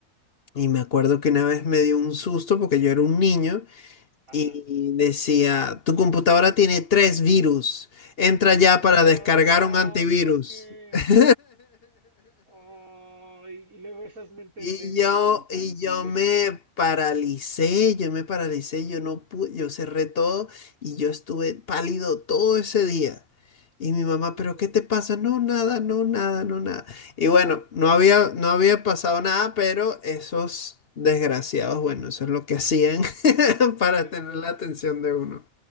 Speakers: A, on the left (about 50°); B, on the right (about 90°).
A: Y me acuerdo que una vez me dio un susto porque yo era un niño
B: ajá.
A: y decía, tu computadora tiene tres virus, entra
B: Oh,
A: ya para
B: no,
A: descargar un antivirus.
B: ¿por qué?
A: <laughs>
B: Oh, y, y luego esas mentes
A: Y
B: débiles
A: yo,
B: e infantiles
A: y yo me
B: y...
A: paralicé, yo me paralicé, yo no pude, yo cerré todo y yo estuve pálido todo ese día. Y mi
B: Uy,
A: mamá, ¿pero qué te pasa? No, nada, no, nada, no, nada. Y bueno, no había, no había pasado nada, pero esos desgraciados, bueno, eso es lo que hacían <laughs> para
B: te,
A: tener
B: te-
A: la atención de uno.